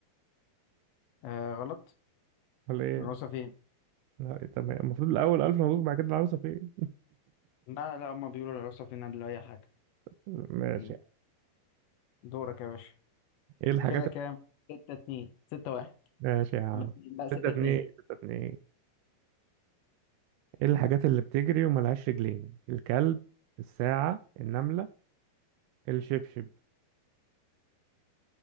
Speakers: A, on the left; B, on the right.
A: أه غلط
B: ولا ايه؟
A: العروسه فين
B: لا، تمام المفروض الأول ألف مبروك بعد كده العروسة فين؟
A: لا لا هما بيقولوا العروسه فين قبل اي حاجه
B: ماشي
A: مم. دورك يا باشا
B: ايه الحاجات
A: كده كام
B: اللي-
A: ستة اتنين ستة واحد
B: ماشي يا عم
A: ولا لا ستة
B: ستة اتنين
A: اتنين
B: ستة اتنين ايه الحاجات اللي بتجري وملهاش رجلين الكلب الساعة النملة الشبشب